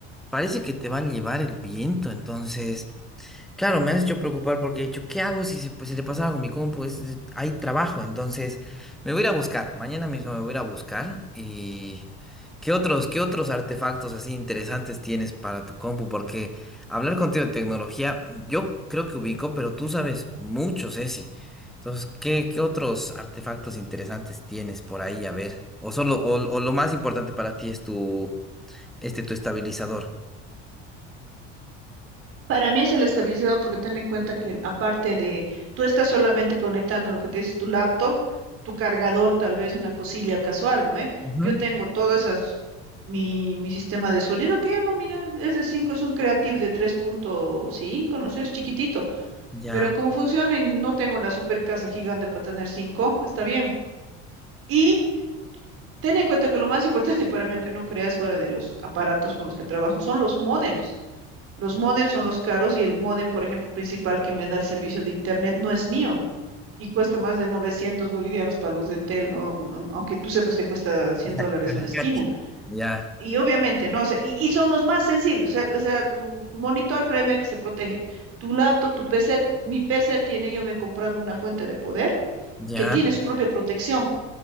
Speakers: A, in the centre; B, on the right.
A: Parece que te va a llevar el viento, entonces Claro, me has hecho preocupar porque he dicho, ¿qué hago si se, pues, se le pasa algo a mi compu? Es- es- hay trabajo, entonces me voy a ir a buscar. Mañana mismo me voy a ir a buscar. ¿Y qué otros, qué otros artefactos así interesantes tienes para tu compu? Porque hablar contigo de tecnología, yo creo que ubico, pero tú sabes mucho, Ceci. Entonces, ¿qué, qué otros artefactos interesantes tienes por ahí? A ver, o solo, o, o lo más importante para ti es tu, este, tu estabilizador.
B: Para mí es el estabilizador porque ten en cuenta que aparte de, tú estás solamente conectando lo que dices tu laptop, tu cargador, tal vez una cosilla casual, ¿no ve?
A: Ujú,
B: Yo tengo todas esas, mi, mi sistema de sonido que ya no, mira, es de cinco es un Creative de tres punto cinco no sé, es chiquitito,
A: Ya.
B: pero como funciona y no tengo la super casa gigante para tener 5 está bien. Y ten en cuenta que lo más importante <laughs> para mí, aunque no creas fuera de los aparatos con los que trabajo, son los módems. Los módems son los caros y el módem, por ejemplo, principal que me da el servicio de internet no es mío y cuesta más de 900 bolivianos para los de Entel, ¿no? Am- Aunque tú sepas que cuesta 100
A: ya.
B: dólares a la esquina.
A: Ya,
B: Y obviamente, ¿no? O sea, y, y son los más sencillos. O sea, o sea, tu, tu monitor, créeme que se protege. Tu laptop, tu PC, mi PC tiene, yo me he comprado una fuente de poder
A: ya.
B: que tiene su propia Ya. protección.